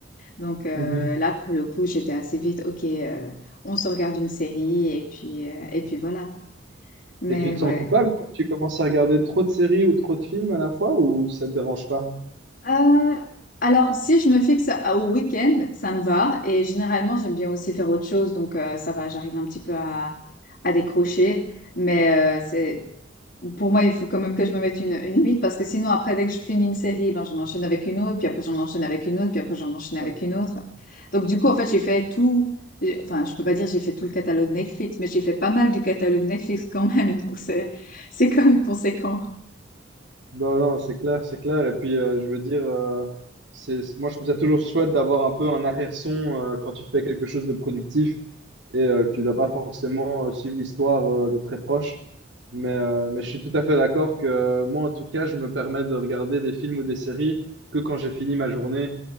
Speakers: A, on the left (about 55°); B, on the right (about 70°).
A: Donc euh,
B: Mhm.
A: là, pour le coup, j'étais assez vite, ok, euh, on se regarde une série et puis, euh, et puis voilà. Mais
B: Et tu te
A: ouais.
B: sens coupable quand tu commences à regarder trop de séries ou trop de films à la fois ou ça te dérange pas?
A: Euh, alors, si je me fixe à- au week-end, ça me va. Et généralement, j'aime bien aussi faire autre chose. Donc, euh, ça va, j'arrive un petit peu à, à décrocher. Mais euh, c'est, pour moi, il faut quand même que je me mette une, une limite parce que sinon, après, dès que je finis une série, ben, j'en enchaîne avec une autre, puis après, j'en enchaîne avec une autre, puis après, j'en enchaîne
B: Ouais.
A: avec une autre. Donc, du coup, en fait, j'ai fait tout. j'ai- Enfin, je peux pas dire j'ai fait tout le catalogue Netflix, mais j'ai fait pas mal du catalogue Netflix quand même. Donc, c'est, c'est quand même conséquent.
B: Non, non, c'est clair, c'est clair. Et puis, euh, je veux dire, euh, c'est, moi, je trouve ça toujours chouette d'avoir un peu un arrière-son euh, quand tu fais quelque chose de productif et euh, que tu dois pas forcément euh, suivre l'histoire euh, de très proche. Mais, euh, mais je suis tout à fait d'accord que euh, moi, en tout cas, je me permets de regarder des films ou des séries que quand j'ai fini ma journée.